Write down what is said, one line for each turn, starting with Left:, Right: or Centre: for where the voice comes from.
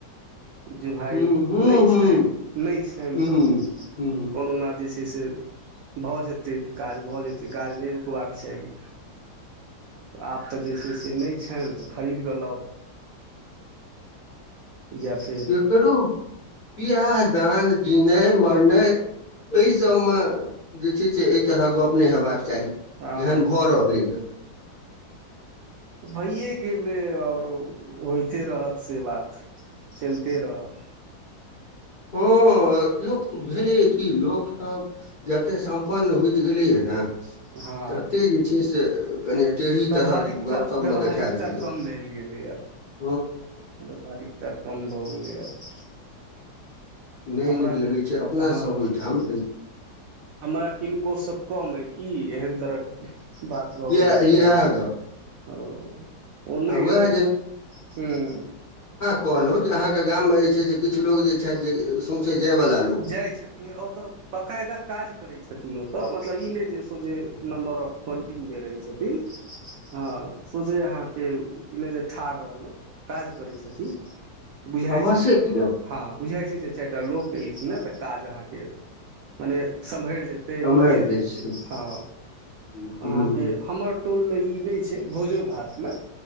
Right: जे भाय
Left: हूँ
Right: नहि
Left: हूँ
Right: छनि नहि छनि
Left: हूँ
Right: तऽ
Left: हूँ हूँ
Right: कोनो ना जे छै। से भऽ जेतै काज, भऽ जेतै काज नहि रुकबाक चाही। आब तऽ जे छै से नहि छनि तऽ खरीद कऽ लाउ <unintelligible> या फ
Left: केकरो बियाह दान जिनाइ मरनाइ एहि सबमे जे छै से एहि तरह गप नहि हेबाक चाही
Right: हँ
Left: एहन भऽ रहलै अइ।
Right: भइए गेलऐ आओर ओ होइते रहत से बात। चलिते रहत।
Left: हँ-हँ लोक भेलै कि लोकसभ। जते सम्पन्न होइत गेलैये ने
Right: हँ
Left: तते जे छै से कनिए टेढ़ी
Right: व्यावहारिकता
Left: तरह के गपशप
Right: व्यावहारिकता
Left: मे देखा लगलेए
Right: कम भेल गेलै आब
Left: <unintelligible>
Right: व्यावहारिकता कम भऽ गेलै आब।
Left: नहि
Right: हमरा
Left: नीक लगै
Right: के
Left: छै अपना
Right: हँ।
Left: सब
Right: <unintelligible>
Left: ओहिठाम
Right: हमरा किनको स कम अइ की एहन तरहक बात भऽ
Left: इएह
Right: गेल छै
Left: इएह
Right: आब।
Left: गप
Right: ओ ओनै
Left: आ उएह
Right: एतैथ हूँ।
Left: कहलों जे अहाँके गाम में जे छै से किछ लोक जे छैथ जे सोंसे जाय वला।
Right: जाइ छथिन ओ तऽ बकायदा। काज करै छथिन ओतऽ मतलब ई नै जे सोझे नम्बर ऑफ काउंटिंगमे रहै छथिन। हँ सोझे अहाँके इनइजे ठाढ़ रहलहुँ काज करै छथिन। बुझाई
Left: अवश्ये
Right: छै जे
Left: किया
Right: हँ हँ बुझाई छै जे चैर टा लोक। केलखिन हँ तऽ काज अहाँके मने समहैर जेत तै
Left: सम्हारि
Right: निकैल
Left: दै
Right: जेतै
Left: छथिन
Right: हँ
Left: हूँ
Right: अहाँके हमर टोलमे ई नै छै भोजो भातमे,